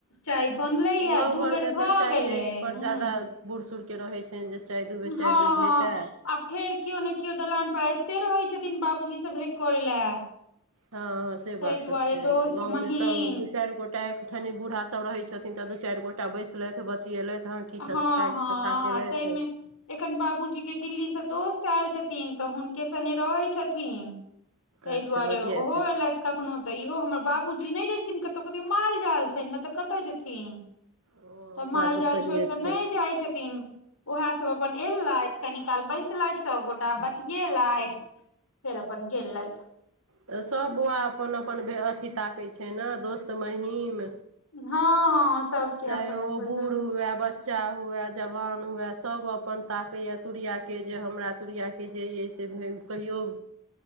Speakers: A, on the left; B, on the right.
A: चाय बनलै
B: गाँव
A: या दू
B: घरमे
A: बेर भऽ
B: तऽ चाय
A: गेलै
B: पर
A: हूँ।
B: ज्यादा बूढ़ सूढ़के रहैत छैन जे चाय दू बेर
A: हँ
B: चारि बेर
A: हँ
B: भेटय
A: आ फेर किओ ने किओ दलान पर अबिते रहै छथिन बाबू जी से भेट करय लए।
B: हं हं से
A: ताहि
B: बात
A: दुआरे
B: तऽ छै
A: दोस्त
B: गाँव
A: महीन
B: में तऽ दू चारि गोट टाक छनि बूढ़ा सब रहय छथिन तऽ दू चारि गो टा बैसलथि बतिऐलथि हाँ की
A: हँ
B: खा कथा
A: हँ
B: केलथि
A: ताहिमे एखन बाबू जी के दिल्ली सँ दोस्त आयल छथिन तऽ हुनके संगे रहै छथिन तहि
B: अच्छा
A: दुआरे
B: बतियाइत
A: ओहो
B: छै
A: ऐलथ कखनो तऽ इहो हमर बाबू जी नइ जाइ छथिन कतहु कतो माल जाल छै ने तऽ कतअ जेथिन
B: ओ
A: तऽ माल
B: बात
A: जाल
B: सहिए
A: छोइड़ कऽ
B: छै
A: नय जाई छथिन ओएह सब अपन एलथि कनि काल बैसलथि सबगोटा बतिएलथि फेर अपन गेलइथ
B: तऽ सब बौआ अपन अपन बे अथि ताकै छै न दोस्त महीम
A: हँ हँ सबके
B: चाहे
A: अपन अपन
B: ओ बूढ़
A: रहै
B: हुए
A: छै
B: बच्च च्चा हुए जवान हुए सब अपन ताकैए तूरीआके जे हमरा तूरीआके जे अइ से घुमि कहियो